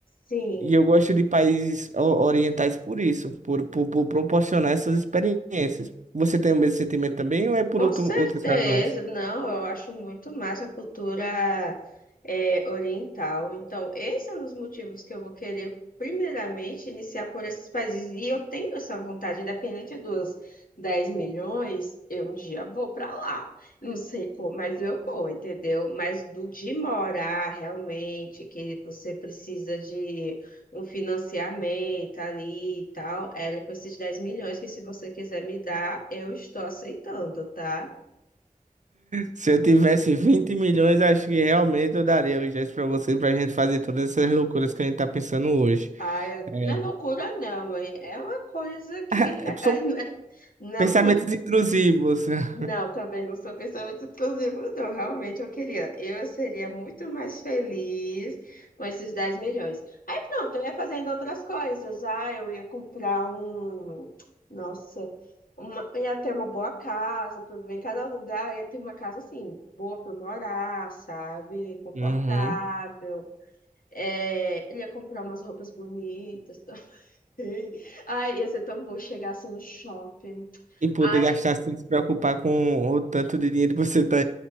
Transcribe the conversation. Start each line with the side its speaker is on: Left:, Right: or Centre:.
Left: Sim.
Right: E eu gosto de países o- orientais por isso, por, por, por proporcionar essas experiências. Você tem o mesmo sentimento também ou é por
Left: Com
Right: outro,
Left: certeza,
Right: outras razões?
Left: não, eu acho muito massa a cultura é, oriental. Então, esse é um dos motivos que eu vou querer, primeiramente, iniciar por esses países. E eu tenho essa vontade, independente dos 10 milhões, eu um dia vou para lá. Não sei como, mas eu vou, entendeu? Mas do de morar, realmente, que você precisa de um financiamento ali e tal, era com esses 10 milhões que se você quiser me dar, eu estou aceitando, tá?
Right: Se eu tivesse 20 milhões, acho que realmente eu daria os gestos pra você, pra gente fazer todas essas loucuras que a gente tá pensando hoje.
Left: Ah, eu-
Right: É,
Left: não é loucura não, hein? É uma coisa que
Right: é, são
Left: <laughs> não,
Right: pensamentos intrusivos. <laughs>
Left: Não, também não sou pensamento exclusivo, não. Realmente eu queria. Eu seria muito mais feliz com esses 10 milhões. Aí pronto, eu ia fazendo outras coisas. Ah, eu ia comprar um. Nossa, uma... eu ia ter uma boa casa. pra- Em cada lugar eu ia ter uma casa assim, boa para morar, sabe? Confortável.
Right: Uhum.
Left: É, ele ia comprar umas roupas bonitas <laughs> também. Ai, ia ser tão bom chegar assim no shopping.
Right: E poder
Left: Ai,
Right: gastar sem se preocupar com o tanto de dinheiro que você tá,